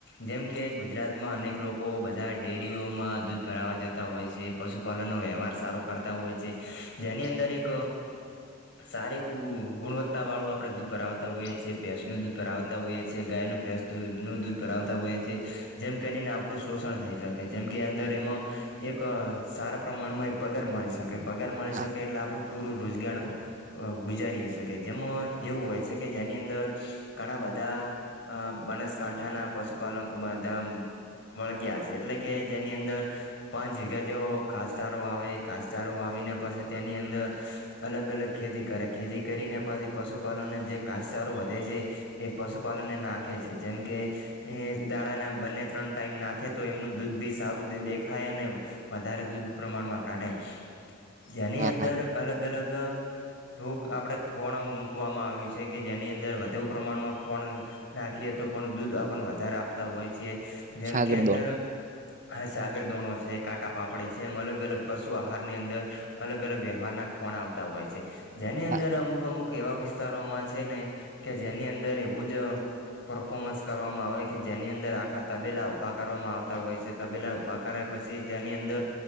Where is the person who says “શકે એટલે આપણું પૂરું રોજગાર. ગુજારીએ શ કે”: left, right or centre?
Left